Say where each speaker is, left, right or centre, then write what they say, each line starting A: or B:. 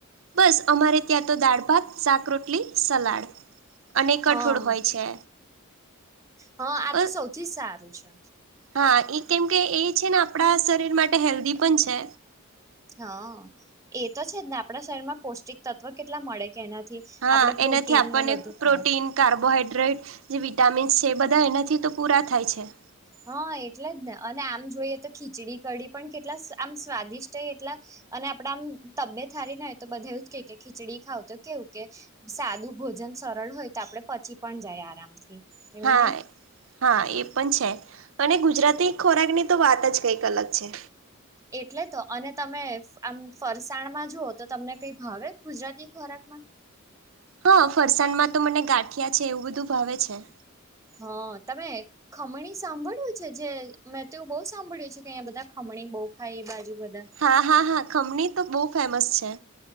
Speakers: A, on the right; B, on the right.
A: બસ અમારે ત્યાં તો દાળ ભાત સાાક રોટલી સલાડ. અને કઠોળ
B: હા
A: હોય છે.
B: હા આ
A: બસ
B: તો સૌથી સારું છે.
A: હા એ કેમ કે એ છે ને આપણા શરીર માટે હેલ્ધી પણ છે
B: હા એ તો છે જ ને આપણા શરીરમાં પૌષ્ટિક તત્વ કેટલા મળે કે એનાથી.
A: હા
B: આપડે પ્રોટીન
A: એનાથી આપણને
B: ને બધું ખવાય
A: પ્રોટીન. કાર્બોહાઈડ્રેટ જે વિટામિન્સ છે એ બધા એનાથી તો પૂરા થાય છે.
B: હા એટલે જ ને અને આમ જોઈએ તો ખીચડી કડીી પણ કેટલા આમ સ્વાદિષ્ટ એટલા. અને આપડે આમ તબિયત હારી ના હોય તો બધા એવુંજ કે કે ખીચડી ખાવ તો કેવું કે. સાદું ભોજન સરળ હોય તો આપડે પછી પણ જઈ આરામથી. એવું
A: હા.
B: નહી
A: હા એ પણ છે અને ગુજરાતી ખોરાકની તો વાત જ કઈક અલગ છે.
B: એટલે તો અને તમે આમ ફરસાણમાં જુઓ તો તમને કઈ ભાવે ગુજરાતી ખોરાકમાં.
A: હા ફરસાણમાં તો મને ગાંઠિયા છે એવું બધું ભાવે છે.
B: હા તમે ખમણી સાંભળ્યું છે જે મેં તો બહુ સાંભળ્યું છે કે અહીંયા બધા ખમણી બહુ ખાય એ બાજુ બધા
A: હા હા હા ખમણી તો બહુ ફેમસ છે